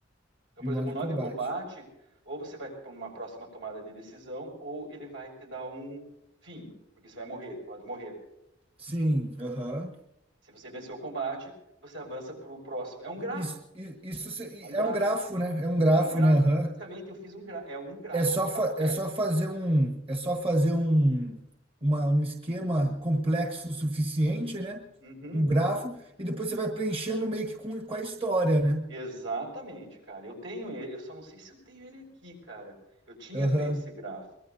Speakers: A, on the right (about 75°); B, on the right (about 30°).
A: Então,
B: E
A: por
B: o
A: exemplo,
B: nó de
A: um nó
B: combate.
A: de combate, ou você vai para uma próxima tomada de decisão, ou ele vai te dar um fim, porque você vai morrer, pode morrer.
B: Sim, aham.
A: Se você venceu o combate, você avança para o próximo. É um
B: I-
A: grafo,
B: Isso, i- isso se- i-
A: é um grafo,
B: é um grafo, né? É um grafo,
A: é um grafo.
B: né? Aham.
A: Basicamente, eu fiz um grafo, é um grafo,
B: É só,
A: é um grafo
B: fa-
A: aberto.
B: é só fazer um, é só fazer um, uma, um esquema complexo o suficiente, né?
A: Uhum,
B: Um grafo, e depois você vai preenchendo meio que com, com a história, né?
A: Exatamente, cara. Eu tenho ele, eu só não sei se eu tenho ele aqui, cara. Eu tinha
B: Aham.
A: feito esse grafo.